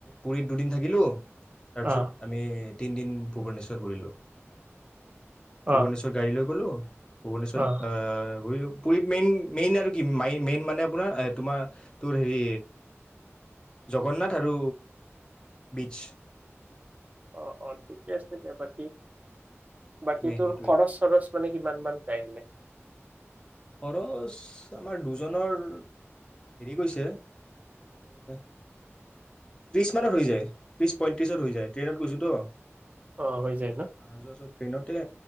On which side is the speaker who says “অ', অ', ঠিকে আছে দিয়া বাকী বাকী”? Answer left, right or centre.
Right